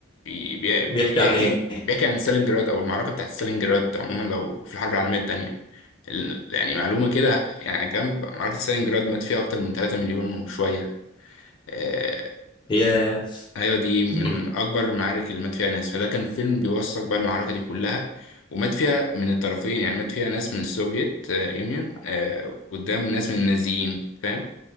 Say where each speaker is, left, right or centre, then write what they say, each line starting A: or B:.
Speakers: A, on the left; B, on the left.
A: بي- بي-
B: بيحكي
A: بيحكي
B: عن إيه؟
A: بيحكي عن ستالينجراد او المعركه بتاعت ستالينجراد عموما لو في الحرب العالميه الثانيه يعني معلومه كده يعني على جنب معركه ستالينجراد مات فيها اكتر من 3 مليون وشويه آه،
B: ياه
A: ايوه دي من
B: مم.
A: اكبر المعارك اللي مات فيها ناس فده كان فيلم بيوثق بقى المعركه دي كلها ومات فيها من الطرفين يعني مات فيها ناس من السوفييت آه، يونيون آه، قدام ناس من النازيين فاهم